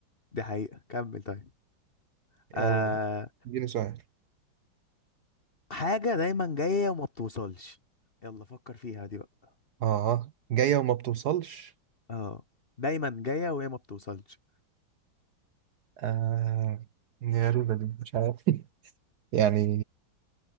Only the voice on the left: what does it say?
دي حقيقة كمل طيب آه
حاجة دايما جاية وما بتوصلش يلا فكر فيها دي بقى
اه دايما جاية وهي ما بتوصلش